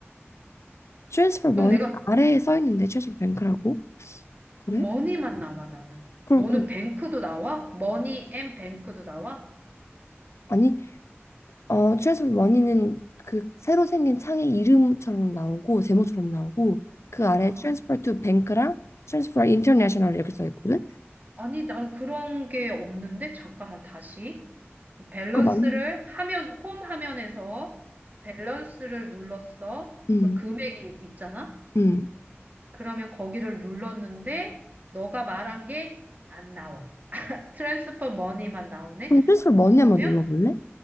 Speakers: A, on the left (about 80°); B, on the right (about 35°).
A: transfer
B: 그럼
A: money
B: 내가
A: 아래에 써 있는데 transfer bank라고? 그래?
B: 머니만 나와, 나는.
A: 그럼
B: 너는
A: 그
B: 뱅크도 나와? 머니 앤 뱅크도 나와?
A: 아니 어 트랜스포머 원이는 그 새로 생긴 창의 이름처럼 나오고 제목처럼 나오고 그 아래
B: 아,
A: 트랜스퍼 투 뱅크랑 트랜스퍼 인터내셔널 이렇게 써 있거든.
B: 아니, 난 그런 게 없는데? 잠깐만, 다시. 밸런스를
A: 그거 맞는 거.
B: 화면, 홈 화면에서 밸런스를 눌렀어.
A: 응.
B: 그 금액이 있잖아?
A: 응.
B: 그러면 거기를 눌렀는데, 너가 말한 게 안 나와. 트랜스퍼 머니만 나오네?
A: 그럼 트랜스퍼 원이
B: 그러면
A: 한번 눌러볼래?